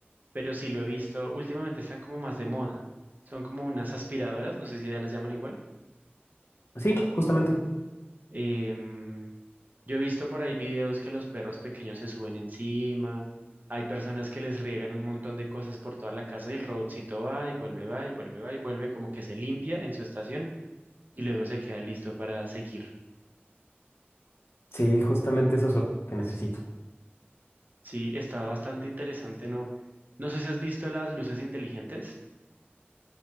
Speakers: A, on the right; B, on the left.
A: pero sí lo he visto. Últimamente están como más de moda. Son como unas aspiradoras, no sé si ya las llaman igual.
B: Sí, justamente.
A: Em, yo he visto por ahí videos que los perros pequeños se suben encima, hay personas que les riegan un montón de cosas por toda la casa y el robotcito va y vuelve, va y vuelve, va y vuelve, como que se limpia en su estación y luego se queda listo para seguir.
B: Sí, justamente eso es lo que necesito.
A: Sí, está bastante interesante, ¿no? No sé si has visto las luces inteligentes.